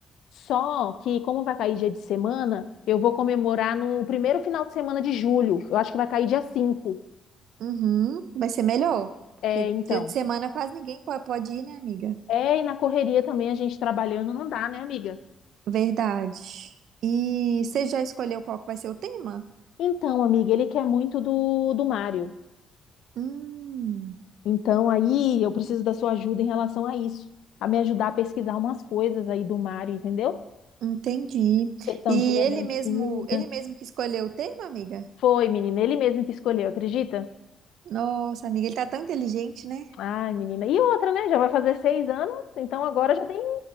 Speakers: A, on the left; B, on the right.
A: Só que, como vai cair dia de semana, eu vou comemorar no primeiro final de semana de julho. Eu acho que vai cair dia 5.
B: Uhum, vai ser melhor, porque
A: É, então.
B: dia de semana quase ninguém po- pode ir, né, amiga?
A: É, e na correria também a gente trabalhando não dá, né, amiga?
B: Verdade. E você já escolheu qual que vai ser o tema?
A: Então, amiga, ele quer muito do, do Mário.
B: Hum,
A: Então, aí eu preciso da sua ajuda em relação a isso, a me ajudar a pesquisar umas coisas aí do Mário, entendeu?
B: entendi.
A: Questão
B: E
A: de lembrancinha.
B: ele mesmo, ele mesmo que escolheu o tema, amiga?
A: Foi, menina, ele mesmo que escolheu, acredita?
B: Nossa, amiga, ele tá tão inteligente, né?
A: Ai, menina. E outra, né? Já vai fazer seis anos, então agora já tem,